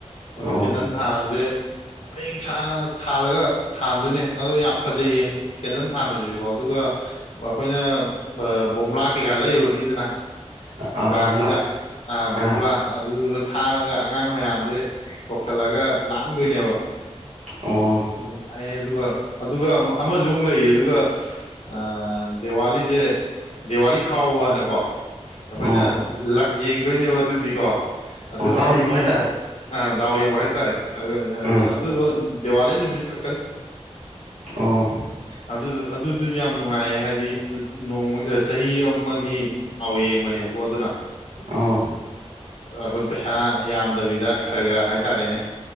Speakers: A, on the left; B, on the right.
A: ꯑꯗ
B: ꯑꯣ
A: ꯀꯦꯟꯗꯟ ꯊꯥꯟꯕꯁꯦ ꯄꯔꯦꯡ ꯁꯥꯅ ꯊꯥꯜꯂꯒ ꯊꯥꯟꯗꯣꯏꯅꯦ ꯑꯗꯣ ꯌꯥꯝ ꯐꯖꯩꯌꯦ ꯀꯦꯟꯗꯜ ꯊꯥꯥꯟꯕꯁꯤꯁꯨꯀꯣ ꯑꯗꯨꯒ ꯑꯩꯈꯣꯏꯅ ꯕꯣꯝꯂꯥ ꯀꯩꯀꯥ ꯂꯩꯔꯨꯔꯅꯤꯗꯅ ꯅꯨꯡꯗꯥꯡꯁꯤꯗ
B: ꯑꯥ ꯕꯥꯃꯨꯂꯥ
A: ꯕꯕꯨꯨꯂꯥ
B: ꯑꯥ
A: ꯑꯗꯨꯗꯨꯒ ꯊꯥꯔꯒ ꯑꯉꯥꯡ ꯃꯌꯥꯝꯁꯦ ꯀꯧꯁꯜꯂꯒ ꯂꯥꯡꯗꯣꯏꯅꯦꯕ
B: ꯑꯣ
A: ꯅꯨꯡꯉꯥꯏꯌꯦ ꯑꯗꯨꯒ ꯑꯗꯨꯒ ꯑꯃ ꯑꯃꯁꯨꯃꯨꯛ ꯂꯩꯌꯦ ꯑꯗꯨꯒ ꯑ ꯗꯦꯋꯥꯂꯤꯁꯦ ꯗꯤꯋꯥꯂꯤ ꯈꯥꯎꯕꯅꯀꯣ ꯑꯩꯈꯣꯏꯅ
B: ꯑꯣ
A: ꯂꯥꯛ ꯌꯦꯡꯗꯣꯏꯅꯦꯕ ꯑꯗꯨꯗꯤ ꯀꯣ ꯑꯗꯨ
B: ꯑꯣ ꯗꯥꯎ
A: ꯑꯗꯨꯒꯤ
B: ꯌꯦꯡꯕ ꯍꯥꯏꯇꯥꯔꯦ
A: ꯑ ꯗꯥꯎ ꯌꯦꯡꯕ ꯍꯥꯏꯇꯥꯔꯦ
B: ꯎꯝ
A: ꯑꯗꯨ ꯗꯤꯋꯥꯂꯤ ꯅꯨꯃꯤꯠꯀꯤ
B: ꯑꯣ
A: ꯑꯗꯨ ꯑꯗꯨꯗꯨꯁꯨ ꯌꯥꯝ ꯅꯨꯡꯉꯥꯏꯌꯦ ꯍꯥꯏꯗꯤ ꯅꯣꯡꯃ ꯆꯍꯤ ꯑꯃꯒꯤ ꯗꯥꯎ ꯌꯦꯡꯕꯅꯦꯕ ꯍꯣ ꯑꯗꯨꯅ
B: ꯑꯣ
A: ꯑꯩꯈꯣꯏ ꯄꯩꯁꯥ ꯌꯥꯝꯗꯕꯤꯗ ꯈꯔ ꯈꯔ ꯍꯥꯏ ꯇꯥꯔꯦꯅꯦ